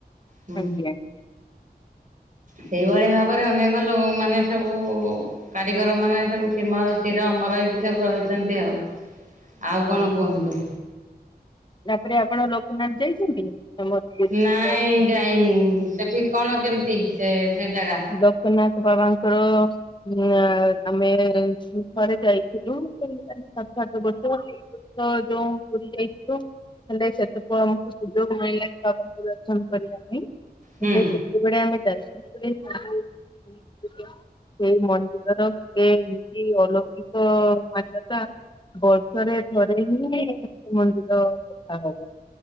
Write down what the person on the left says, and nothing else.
ଆଜ୍ଞା
ହଁ।
ତାପରେ ଆପଣ ଲୋକନାଥ ଯାଇଛନ୍ତି? ଆମ ପୁରୀରେ
ଯୋଉ
ଲୋକନାଥ ବାବାଙ୍କର ଆଁ ଆମେ ଥରେ ଯାଇଥିଲୁ, ସେମତି ତାଙ୍କୁ ସାକ୍ଷାତ କରିଥିଲୁ <unintelligible> ଯୋଉଁ ପୁରୀ ଯାଇଥିଲୁ, ହେଲେ ସେତେବେଳେ ଆମକୁ ସୁଯୋଗ ମିଳିଲାଣି ବାବାଙ୍କୁ ଦର୍ଶନ କରିବା।
ହେଲେ ସେତେବେଳେ ଆମେ ଯାଇଥିବା ବେଳେ <unintelligible> ସେଇ ମନ୍ଦିରର ଗୋଟେ ଏମିତି ଅଲୌକିକ ମାନ୍ୟତା ବର୍ଷରେ ଥରେ ହିଁ ମନ୍ଦିର ସଫା ହବ।